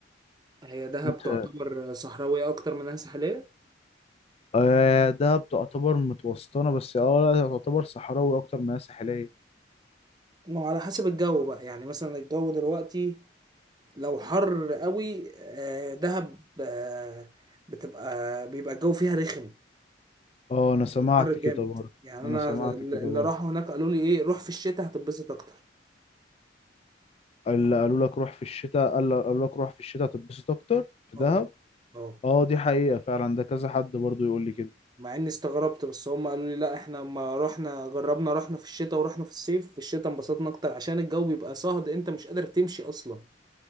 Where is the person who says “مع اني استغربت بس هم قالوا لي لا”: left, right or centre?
Right